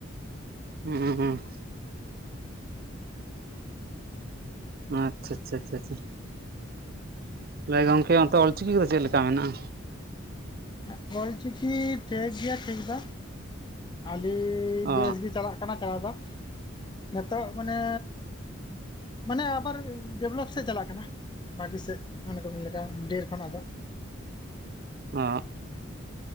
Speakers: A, on the right; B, on the left.
A: ᱦᱩᱸ ᱟᱪᱷᱟ ᱟᱪᱷᱟ ᱟᱪᱷᱟ ᱟᱪᱷᱟ ᱞᱟᱹᱭ ᱜᱚᱝᱠᱮ ᱚᱱᱛᱮ ᱚᱞᱪᱤᱠᱤ ᱠᱚᱫᱚ ᱪᱮᱫᱞᱮᱠᱟ ᱢᱮᱱᱟᱜᱼᱟ?
B: ᱦᱮ ᱚᱞᱪᱤᱠᱤ ᱴᱷᱤᱠ ᱜᱮᱭᱟ ᱴᱷᱤᱠ ᱫᱚ ᱾ ᱟᱹᱰᱤ
A: ᱚ
B: ᱵᱮᱥᱜ ᱜᱮ ᱪᱟᱞᱟᱜ ᱠᱟᱱᱟ ᱪᱟᱞᱟᱣ ᱫᱚ ᱱᱤᱛᱚᱜ ᱢᱟᱱᱮ ᱢᱟᱱᱮ ᱟᱵᱟᱨ ᱰᱮᱵᱷᱞᱚᱯ ᱥᱮᱫ ᱪᱟᱞᱟᱜ ᱠᱟᱱᱟ ᱵᱷᱟᱜᱤ ᱥᱮᱫ ᱢᱟᱱᱮ ᱠᱚ ᱢᱮᱱ ᱞᱮᱠᱟ ᱰᱷᱮᱨ ᱠᱷᱚᱱᱟᱜ ᱫᱚ
A: ᱚ